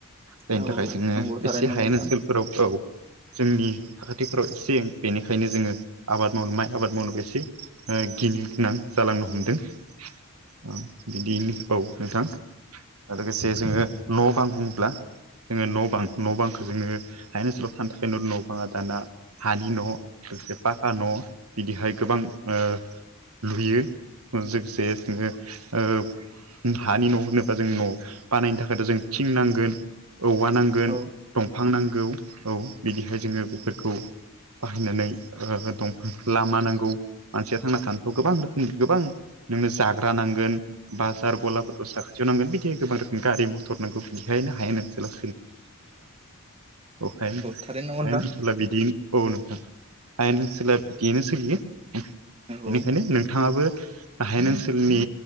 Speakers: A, on the right; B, on the right.
A: बेनि
B: औ औ
A: थाखाय जोङो
B: नंगौ थारैनो
A: एसे
B: नंगौ
A: हायेन
B: नोंथां
A: ओनसोलफोराव औ। जोंनि साखाथिफ्राव एसे बेनिखायनो जोङो आबाद मावनो माइ आबाद मावनो एसे ओ गिनो गोनां जालांनो हमदों औ। बिदियैनो औ नोंथां लोगोसे जोङो न'-बां बुङोब्ला जोङो न' बां न' बांखौ जोङो हायेन ओनसोलाव थानो थाखाय न' न' बाङा दाना हानि न' लोगोसे पाखा न' बिदिहाय गोबां ओ लुयो लोगोसे जोङो ओ हानि न' होनोबा जों न' बानायनो थाखायथ' जों थिं नांगोन। औवा नांगोन
B: औ
A: दंफां नांगौ औ बिदिहाय जोङो बेफोरखौ बाहायनानै ओ दंफां लामा नांगौ मानसिया थांना थानोथ' गोबां रोखोमनि गोबां नों नो जाग्रा नांगोन। बाजार गलाफोरखौ साखाथियाव नांगोन बिदिनो गोबां रोखोम गारि मथर नांगौ बिदिहायनो हायेन ओनसोला <unintelligible> <unintelligible> हायेन
B: थारैनो नंगौ नोंथां।
A: ओनसोला बिदि औ नोंथां हायेन ओनसोला बिदिनो सोलियो बेनिखायनो
B: औ
A: नोंथाङाबो हायेन ओनसोलनि